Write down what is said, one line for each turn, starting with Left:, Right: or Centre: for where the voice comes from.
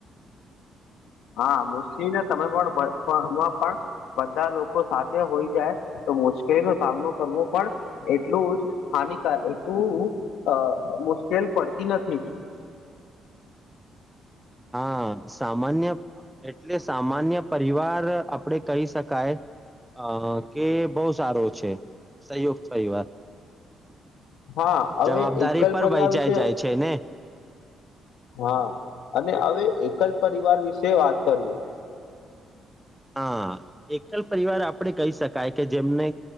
Left: <inaudible> હા મુસ્લીને તમે પણમાં પણ બધા લોકો સાથે હોય જાય તો મુશ્કેલીનો સામનો કરવો પણ એટલું જ હાનિકારક એટલું અ મુશ્કેલ પડતી નથી
Centre: હા સામાન્ય એટલે સામાન્ય પરિવાર આપડે કહી શકાય અ કે બઉ સારો છે સંયુક્ત પરિવાર
Left: હા અવે
Centre: જવાબદારી
Left: એકલ
Centre: પર
Left: પરિવાર
Centre: વહેંચાઈ
Left: વિશે
Centre: જાય છે ને
Left: હા અને અવે એકલ પરિવાર વિશે વાત કરીએ
Centre: હા એકલ પરિવાર આપડે કહી શકાય કે જેમને